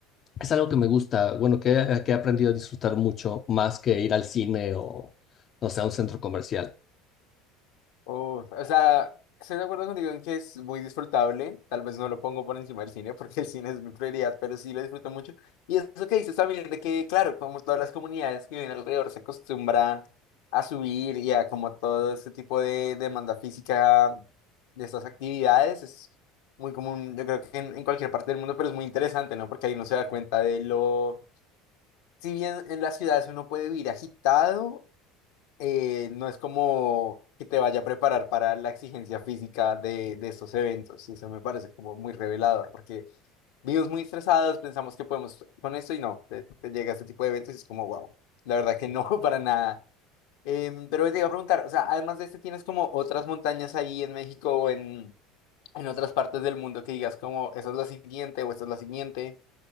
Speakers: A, on the left (about 40°); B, on the left (about 75°).
A: es algo que me gusta, bueno, que, que he aprendido a disfrutar mucho más que ir al cine o, no sé, a un centro comercial.
B: Uf, o sea, estoy de acuerdo contigo en que es muy disfrutable. Tal vez no lo pongo por encima del cine <laughs> porque el cine es mi prioridad, pero sí lo disfruto mucho. Y eso que dices también de que, claro, como todas las comunidades que viven alrededor se acostumbran a subir y a como todo este tipo de demanda física de estas actividades, es muy común, yo creo que en, en cualquier parte del mundo, pero es muy interesante, ¿no? Porque ahí uno se da cuenta de lo... Si bien en las ciudades uno puede vivir agitado, eh, no es como que te vaya a preparar para la exigencia física de, de estos eventos. Y eso me parece como muy revelador, porque vivimos muy estresados, pensamos que podemos con esto y no, te, te llega este tipo de eventos y es como, wow, la verdad que no, <laughs> para nada. Em, pero te iba a preguntar, o sea, además de este, ¿tienes como otras montañas ahí en México o en, en otras partes del mundo que digas como, esa es la siguiente o esta es la siguiente?